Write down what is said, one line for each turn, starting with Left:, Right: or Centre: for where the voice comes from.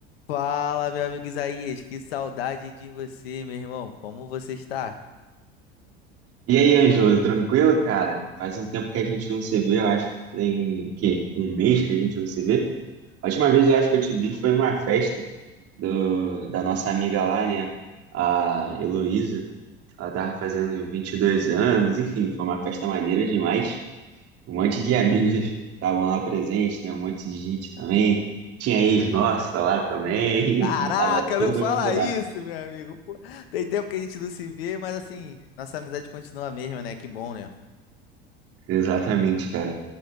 Left: Fala, meu amigo Isaías, que saudade de você, meu irmão. Como você está?
Right: E aí, Ângelo, tranquilo, cara? Faz um tempo que a gente não se vê, eu acho que tem, que um mês que a gente não se vê. A última vez eu acho que eu te vi foi numa festa do, da nossa amiga lá, né? A Heloísa. Ela tava fazendo 22 anos, enfim, foi uma festa maneira demais. Um monte de amigos estavam lá presentes, né? Um monte de gente também. Tinha ex nossa lá também,
Left: Caraca,
Right: <laughs> enfim, tava todo
Left: não fala
Right: mundo lá.
Left: isso, meu amigo. Pô, tem tempo que a gente não se vê, mas assim, Nossa amizade continua a mesma, né? Que bom, né?
Right: Exatamente, cara.